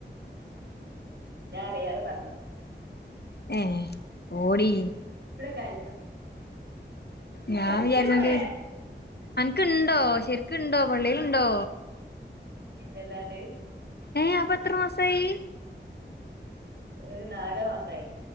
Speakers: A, on the right (about 70°); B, on the left (about 60°).
A: ഞാൻ അറിയാതെ പറഞ്ഞ
B: ഏഹ് പോടി
A: കാര്യം പറ
B: ഞാണ്
A: സത്യമോളെ
B: വിചാരിച്ച അൻക് അൻക്ക് ണ്ടോ ശരിക്ക് ണ്ടോ പള്ളേല് ണ്ടോ
A: പിന്നെല്ലാണ്ട്
B: ഏയ് അപ്പൊ എത്ര മാസമായി
A: ഒരു നാല് മാസായി